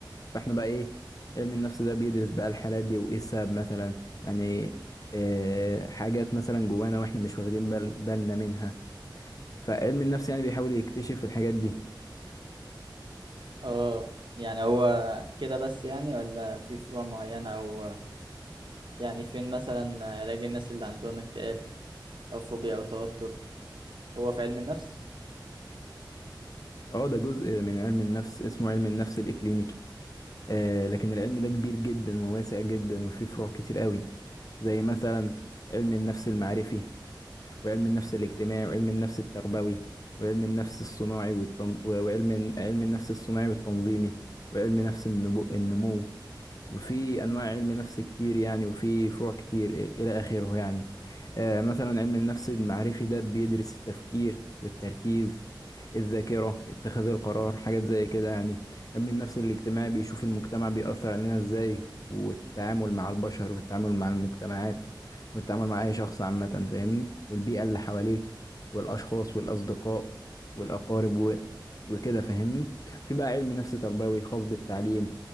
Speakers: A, on the left (about 45°); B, on the right (about 70°).
A: فاحنا بقى إيه علم النفس ده بيدرس بقى الحالات دي وإيه السبب مثلا يعني آه حاجات مثلا جوانا واحنا مش واخدين بال بالنا منها فعلم النفس يعني بيحاول يكتشف الحاجات دي
B: اه يعني هو كده بس يعني ولا في فروع معينه او يعني فين مثلا علاج الناس اللي عندهم اكتئاب أو فوبيا أو توتر هو في علم النفس
A: اه ده جزء من علم النفس اسمه علم النفس الإكلينيكي آه لكن العلم ده كبير جدا وواسع جدا وفيه فروع كتير قوي زي مثلا علم النفس المعرفي وعلم النفس الاجتماعي وعلم النفس التربوي وعلم النفس الصناعي والتن... و- وعلم علم النفس الصناعي والتنظيمي وعلم نفس النبو... النمو وفي انواع علم نفس كتير يعني وفي فروع كتير إ- الى اخره يعني آه، مثلا علم النفس المعرفي ده بيدرس التفكير والتركيز الذاكرة اتخاذ القرار حاجات زي كده يعني علم النفس الاجتماعي بيشوف المجتمع بيأثر علينا ازاي والتعامل مع البشر والتعامل مع المجتمعات والتعامل مع اي شخص عامة فاهمني والبيئة اللي حواليك والاشخاص والاصدقاء والاقارب و... وكده فاهمني في بقى علم نفس تربوي خاص بالتعليم